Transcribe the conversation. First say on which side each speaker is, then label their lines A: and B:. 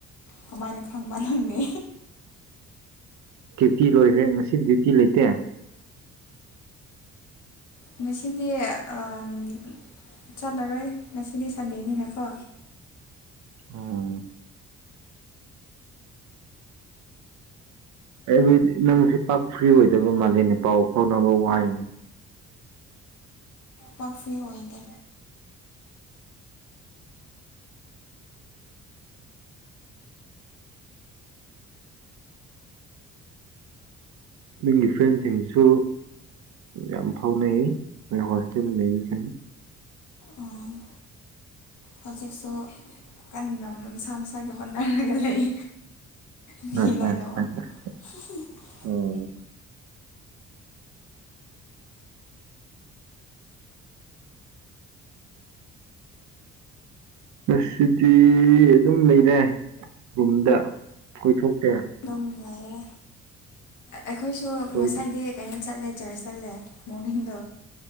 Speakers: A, on the left (about 75°); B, on the right (about 70°).
A: ꯀꯃꯥꯏꯅ ꯈꯪꯕ ꯅꯪꯅꯤ
B: ꯗ꯭ꯌꯨꯇꯤ ꯂꯣꯏꯈ꯭ꯔꯦ ꯉꯁꯤ ꯗ꯭ꯌꯨꯇꯤ ꯂꯩꯇꯦ
A: ꯉꯁꯤꯗꯤ ꯑꯝ ꯆꯠꯂꯔꯣꯏ ꯉꯁꯤꯗꯤ ꯁꯟꯗꯦꯅꯤꯅꯀꯣ
B: ꯑꯣ ꯑꯩꯗꯤ ꯅꯪꯁꯦ ꯄꯥꯛ ꯐ꯭ꯔꯤ ꯑꯣꯏꯗꯕ ꯃꯥꯜꯂꯦꯅꯦ ꯄꯥꯎ ꯐꯥꯎꯅꯕ ꯋꯥꯏꯅꯦ
A: ꯄꯥꯛ ꯐ꯭ꯔꯤ ꯑꯣꯏꯗꯦ
B: ꯅꯪꯒꯤ ꯐ꯭ꯔꯦꯟꯁꯤꯡꯁꯨ ꯌꯥꯝ ꯐꯥꯎꯅꯩ ꯅꯣꯏ ꯍꯣꯁꯇꯦꯜꯗ ꯂꯩꯕꯁꯤꯡ
A: ꯎꯝ ꯍꯧꯖꯤꯛꯁꯨ ꯀꯟꯅ ꯃꯁꯥ ꯃꯁꯥꯒꯤ ꯍꯣꯠꯅꯔꯒ ꯂꯩ
B: <unintelligible>
A: ꯃꯤ ꯂꯣꯏꯅꯃꯛ <unintelligible>
B: ꯑꯣ ꯉꯁꯤꯗꯤ ꯑꯗꯨꯝ ꯂꯩꯔꯦ ꯔꯨꯝꯗ ꯀꯣꯏꯊꯣꯛꯇꯦ
A: ꯑꯗꯨꯝ ꯂꯩꯔꯦ ꯑꯩꯈꯣꯏꯁꯨ
B: ꯀꯣꯏ
A: ꯉꯁꯥꯏꯗꯤ ꯀꯩꯩꯅꯣ ꯆꯠꯂꯦ ꯆꯔꯁ ꯆꯠꯂꯦ ꯃꯣꯔꯅꯤꯡꯗꯣ